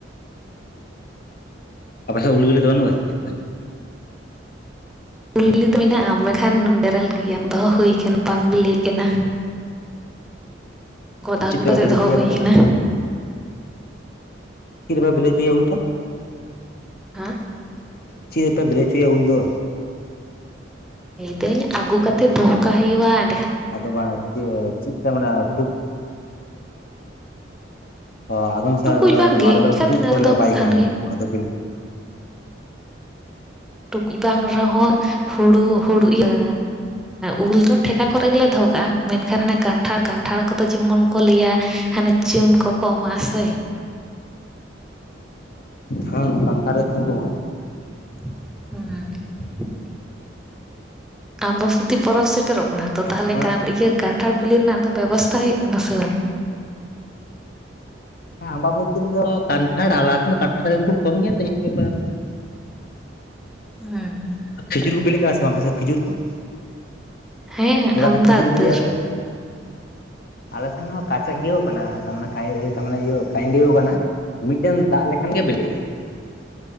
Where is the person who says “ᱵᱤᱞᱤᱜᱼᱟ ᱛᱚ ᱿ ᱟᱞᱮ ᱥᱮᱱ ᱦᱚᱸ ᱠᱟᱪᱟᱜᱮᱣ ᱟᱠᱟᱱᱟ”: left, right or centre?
Left